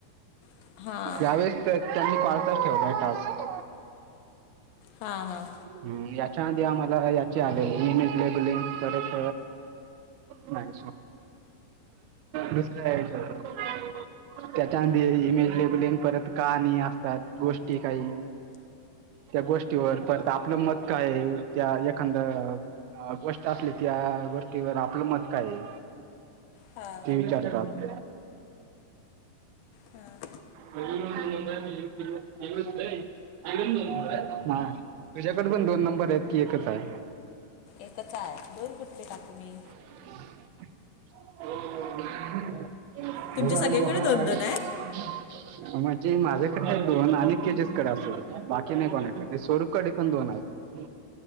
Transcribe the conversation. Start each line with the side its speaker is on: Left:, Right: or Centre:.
Left: हां
Right: यावेळेसं त्यांनी परसा ठेवलाय टास्क.
Left: हा हा.
Right: हम् याच्या आधी आम्हाला याचे आले ईमेल लेबलिंग परत. नाही दुसऱ्या याच्या <inaudible> त्याच्यामध्ये ईमेल लेबलीन परत का नाही असतात गोष्टी काही त्या गोष्टीवर परत आपलं मत काय आहे? त्या एखादा ह, गोष्ट असली त्या गोष्टीवर आपलं मत काय हे?
Left: हा.
Right: विचारतात.
Left: हां
Right: <unintelligible> तुझ्याकडं पण दोन नंबर आहेत की एकचं हाय?
Left: एकचायं दोन कुठले टाकू मी?
Right: <unintelligible>
Left: तुमचे सगळ्यांकडे दोन दोन आहेत
Right: <inaudible> म्हणजे माझ्याकडं हाय दोन, आणि तेजसकडे असंल. बाकी नाय कोणाकडं स्वरूप कडे पण दोन आहेत.